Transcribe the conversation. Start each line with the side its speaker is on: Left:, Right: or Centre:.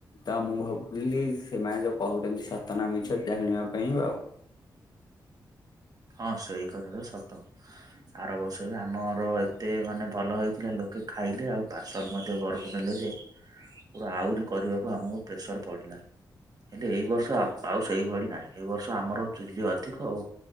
Left: ତ ମୁଁ ଭାବୁଥିଲି ସେମାନେ ଯୋଉ କହୁଛନ୍ତି ସତନା ମିଛ ଯା କିଣିବା ପାଇଁ ଆଉ
Right: ହଁ ସେଇ କଥାଟା ସତ ଆର ବର୍ଷ ଆମର ଏତେ ମାନେ ଭଲ ହେଇଥିଲା ଲ ଲୋକ ଖାଇଲେ, ଆଉ ପାର୍ସଲ ମଧ୍ୟ ଘର ନେଲେ ଯେ, ପୁରା ଆହୁରି କରିବାକୁ ଆମକୁ ପ୍ରେସର ପଡିଲା। ହେଲେ ଏଇ ବର୍ଷ ପାଉ ସେଇ ଭଳି ନାହିଁ। ଏ ବର୍ଷ ଆମର ଚୂଲି ଅଧିକ ଆଉ